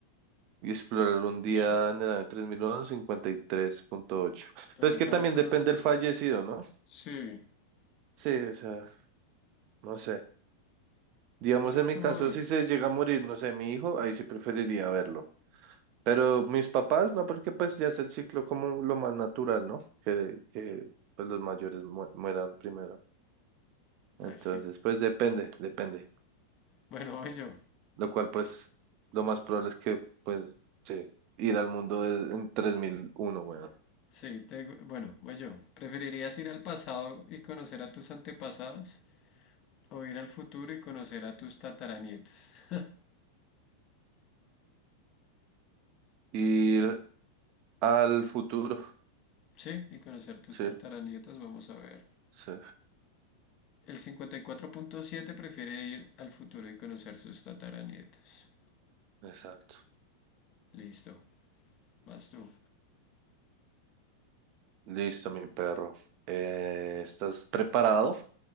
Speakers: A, on the right; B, on the left.
A: y explorar un día
B: sh-
A: en el año 3001, 53.8.
B: Pero
A: Pero es
B: es
A: que también
B: alto.
A: depende del fallecido, ¿no?
B: Sí,
A: Sí, o sea, no sé. Digamos
B: eso
A: en
B: estuvo
A: mi caso,
B: duro.
A: si se llega a morir, no sé, mi hijo, ahí sí preferiría verlo. Pero mis papás, no, porque pues ya es el ciclo como lo más natural, ¿no? Que, que pues los mayores mu- mueran primero. Entonces,
B: Eh, sí.
A: pues depende, depende.
B: Bueno, voy yo.
A: Lo cual, pues, lo más probable es que, pues, sí, ir al mundo de- en tres mil uno weón.
B: Sí, te bueno, voy yo. ¿Preferirías ir al pasado y conocer a tus antepasados o ir al futuro y conocer a tus tataranietas? <laughs>
A: Ir al futuro.
B: Sí, y conocer tus
A: Sí,
B: tataranietas, vamos a ver.
A: sí,
B: El 54.7 prefiere ir al futuro y conocer sus tataranietas.
A: exacto.
B: Listo, vas tú.
A: Listo, mi perro. Eh, ¿estás preparado?